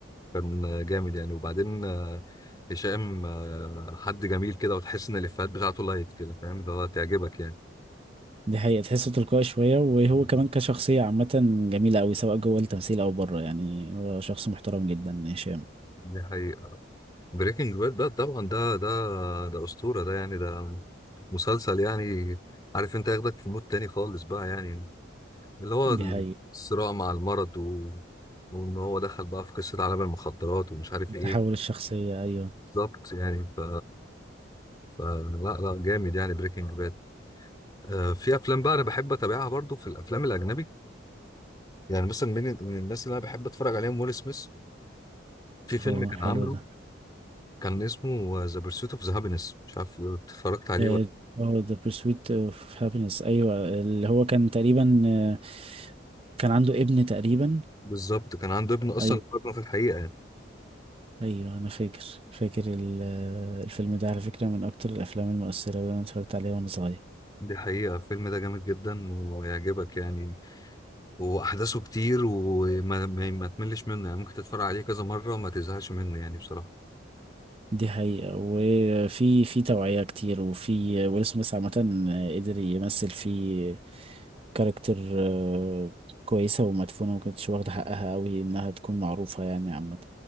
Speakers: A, on the left; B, on the right.
A: كان جامد يعني وبعدين آه، هشام آه، حد جميل كده وتحس إن الإفيهات بتاعته لايت كده فاهم اللي هو تعجبك يعني
B: دي حقيقة تحسه تلقائي شوية وهو
A: بالظبط.
B: كمان كشخصية عامة جميلة أوي سواء جوه التمثيل أو بره يعني هو شخص محترم جدا هشام
A: دي حقيقة بريكنج باد ده طبعا ده ده ده أسطورة ده يعني ده مسلسل يعني عارف انت ياخدك في مود تاني خالص بقى يعني اللي هو
B: دي حقيقة
A: الصراع مع المرض و... وان هو دخل بقى في قصة عالم المخدرات ومش عارف ايه
B: تحول الشخصية أيوه
A: بالظبط يعني ف فلا لا جامد يعني بريكنج باد آه في افلام بقى انا بحب اتابعها برضو في الافلام الاجنبي يعني مثلا من من الناس اللي انا بحب اتفرج عليهم ويل سميث في فيلم
B: هو
A: كان
B: حلو
A: عامله
B: ده
A: كان اسمه ذا بيرسوت اوف ذا هابينس مش عارف اتفرجت عليه
B: آه،
A: ولا
B: هو The Pursuit of Happiness أيوه اللي هو كان تقريبا آه، كان عنده ابن تقريبا
A: بالظبط كان عنده ابن اصلا
B: أيوه
A: ابنه في الحقيقة يعني
B: أيوه أنا فاكر فاكر ال- آه، الفيلم ده على فكرة من أكتر الأفلام المؤثرة اللي أنا اتفرجت عليها وأنا صغير
A: دي حقيقة الفيلم ده جامد جدا ويعجبك يعني واحداثه كتير وما ما, ما تملش منه يعني ممكن تتفرج عليه كذا مره ما تزهقش منه يعني بصراحه
B: دي حقيقة وفي في توعية كتير وفي ويل سميث عامة قدر يمثل في كاركتر آه، كويسة ومدفونة وما كانتش واخدة حقها أوي إنها تكون معروفة يعني عامة